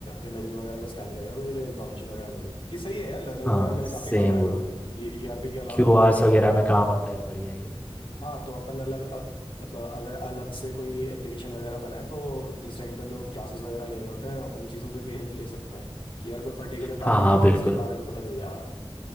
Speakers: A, on the left; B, on the left.
A: इमेजेस वगैरह को स्कैन करेगा तो तुझे इन्फॉर्मेशन वगैरह मिलेगी कि सही है यार लर्निंग
B: हाँ
A: वगैरह के लिए
B: सेम
A: काफी काम आएगा
B: वो
A: तो ये ईआरपी के अलावा
B: क्यूआरस
A: अपन
B: वगैरह में काम आता है बढ़िया ये
A: हाँ तो अपन अलग अ, मतलब अगर अलग से कोई एप्लीकेशन वगैरह बनाए तो जिस टाइम पे लोग क्लासेस वगैरह ले रहे होते हैं उन चीज़ों पे भी हेल्प ले सकते हैं कि यार कोई पर्टिकुलर टॉपिक
B: हाँ हाँ
A: दिख
B: बिल्कुल
A: गया उसके बारे में पता चल जाएगा